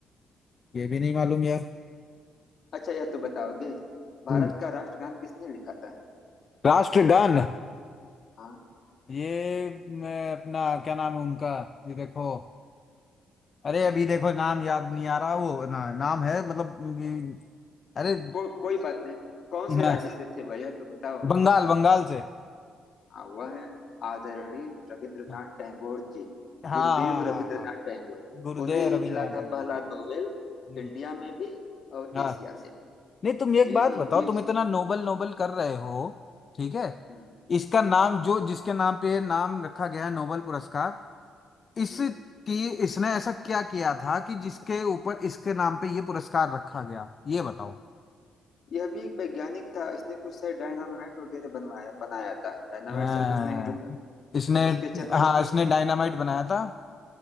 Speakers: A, on the left (about 40°); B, on the left (about 55°).
A: ये भी नहीं मालूम यार
B: अच्छा यह तो बताओगे भारत
A: हम्म।
B: का राष्ट्रगान किसने लिखा था
A: राष्ट्रगान
B: हाँ
A: ये मैं अपना क्या नाम है उनका ये देखो अरे अभी देखो नाम याद नहीं आ रहा वो ना नाम है मतलब ये- अरे
B: को, कोई बात नहीं कौन
A: ना,
B: से राज्य से थे वह यह तो बताओ
A: बंगाल बंगाल से
B: हाँ वह है आदरणीय रविंद्रनाथ
A: हाँ
B: टैगोर जी
A: हाँ
B: गुरुदेव
A: हाँ
B: रविंद्रनाथ
A: हाँ
B: टैगोर
A: गुरुदेव
B: उन्हें ही
A: रविंद्रनाथ
B: मिला था
A: टैगोर
B: पहला
A: जी।
B: नोबेल
A: हम्म,
B: इंडिया में भी और
A: हाँ
B: एशिया में भी
A: नहीं तुम एक
B: जी
A: बात
B: जी
A: बताओ
B: जी
A: तुम इतना नोबल नोबल कर रहे हो ठीक है
B: हम्म
A: इसका नाम
B: हम्म
A: जो जिसके नाम पे ये नाम रखा गया है नोबल पुरस्कार इसकी
B: हम्म
A: इसने ऐसा क्या किया था कि जिसके ऊपर इसके नाम पे ये पुरस्कार रखा गया ये बताओ
B: यह भी एक वैज्ञानिक था इसने कुछ शायद डायनामाइट वगैरह बनवाया बनाया था डायनामाइट
A: अ,
B: शायद उसने ही जोड़ा था
A: इसने
B: अब उसके चक्कर
A: हाँ
B: में कुछ
A: इसने डायनामाइट
B: कुछ
A: बनाया था